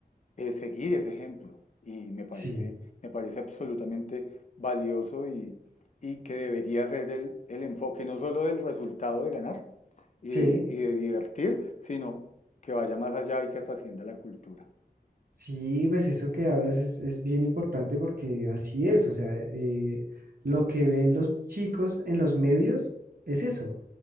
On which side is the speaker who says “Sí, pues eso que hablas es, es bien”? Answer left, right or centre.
Right